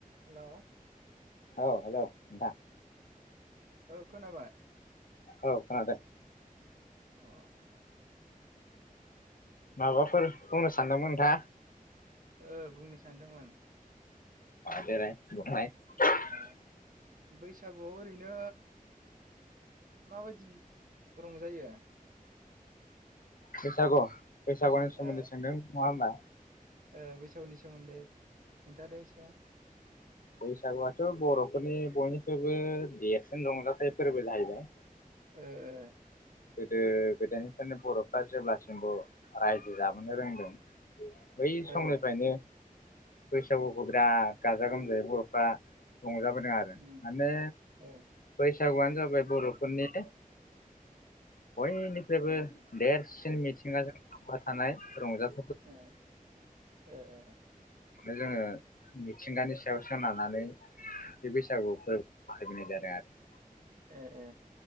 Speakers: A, on the right; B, on the left.
A: हेल'
B: औ हेल' नोंथा।
A: औ खोनाबाय।
B: औ खोनादों।
A: अ <inaudible>
B: माबाफोर बुंनो सानदोंमोन नोंथाङा?
A: ओ बुंनो सानदोंमोन।
B: <unintelligible>
A: ओ बैसागुआव ओरैनो माबायदि रंजायो?
B: बैसागु बैसागुनि सोमोन्दै
A: ओ
B: सोंदों नङा होनब्ला?
A: ओ बैसौनि सोमोन्दै खिथाद इसाया।
B: बैसागुआथ' बर'फोरनि बयनिफ्रायबो देरसिन रंजाथाइ फोरबो जाहैबाय।
A: ओ ओ ए ए।
B: गोदो गोदायनिफ्रायनो बर'फ्रा जेब्लासिमबो रायजो जाबोनो रोंदों बै समनिफ्रायनो
A: ओ
B: बैसागुखौ बिराद गाजा गोमजायै बर'फ्रा रंजाबोदों आरो
A: उम
B: माने
A: ओ
B: बैसागुआनो जाबाय बर'फोरनि बयनिफ्रायबो देरसिन मिथिङाजों थानाय रंजा
A: ओ ओ ओ।
B: जोङो मिथिंगानि सायाव सोनारनानै बे बैसागु फोरबोखौ फलिनाय जादों <unintelligible>
A: ए ए